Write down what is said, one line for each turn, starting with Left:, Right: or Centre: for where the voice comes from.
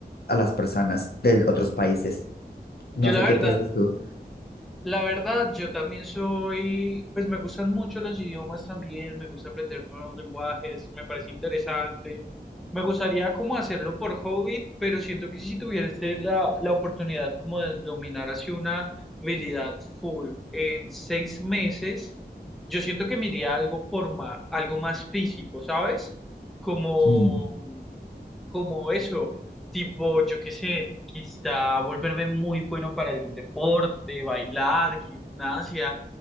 Left: a las personas de otros países. No
Centre: Yo la
Left: sé qué
Centre: verdad,
Left: piensas tú.
Centre: la verdad, yo también soy, pues me gustan mucho los idiomas también, me gusta aprender nuevos lenguajes, me parece interesante. Me gustaría como hacerlo por hobby, pero siento que si tuviese la, la oportunidad como de dominar así una habilidad full en seis meses, yo siento que me iría a algo por ma- algo más físico, ¿sabes? Como
Left: Mm.
Centre: como eso, tipo, yo qué sé, quizá volverme muy bueno para algún deporte, bailar, gimnasia,